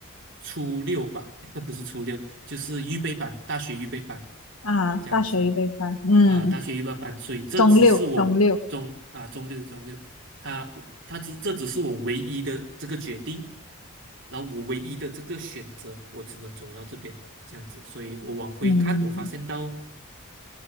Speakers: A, on the right; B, on the left.
A: 初六吧，那不是初六，就是预备班，大学预备班
B: 啊，
A: 这样子
B: 大学预备班，嗯，
A: 啊、大学预备班，所以这只是我中啊、
B: 中六中六，
A: 中六中六，他他只这只是我唯一的这个决定，然后我唯一的这个选择，我只能走到这边这样子，所以我往回看，
B: 嗯
A: 我发现到。